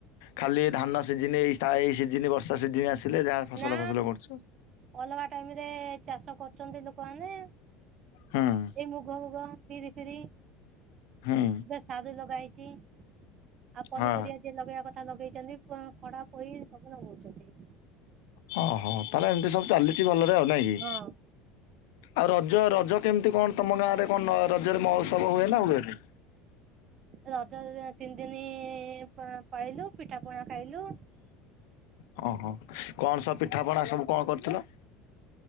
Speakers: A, on the left; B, on the right.
A: ଖାଲି ଧାନ ସିଜିନ ଏଇ ସାଇ ସିଜିନ ବର୍ଷା ସିଜିନ ଆସିଲେ ଯାହା ଫସଲ
B: ନା
A: ଫସଲ କରୁଛ?
B: ଅଲଗା ଟାଇମିରେ ଚାଷ କରୁଚନ୍ତି ଲୋକମାନେ।
A: ହଁ।
B: ଏଇ ମୁଗ ଫୁଗ ବିରି ଫିରି
A: ହୁଁ।
B: ସାରୁ ଲଗା ହେଇଚି ଆଉ ପନିପରିବା
A: ହଁ
B: ଜିଏ ଲଗେଇବା କଥା ଲଗେଇଚନ୍ତି। ପ ଖଡା ପୋଇ ସବୁ ନଗୋଉଚନ୍ତି।
A: ହଁ ହଁ ତାହେଲେ ଏମିତି ସବୁ ଚାଲିଚି ଭଲରେ ଆଉ। ନାଇଁ କି?
B: ହଁ
A: ଆଉ ରଜ ରଜ କେମିତି କଣ ତମ ଗାଁରେ କଣ ରଜରେ ମହୋତ୍ସବ ହୁଏ ନା ହୁଏନି?
B: ରଜ ତିନି ଦିନି ପା ପାଳିଲୁ ପିଠା ପଣା ଖାଇଲୁ।
A: ହଁ ହଁ କଣ ସବୁ ପିଠାପଣା ସବୁ କଣ କରିଥିଲ?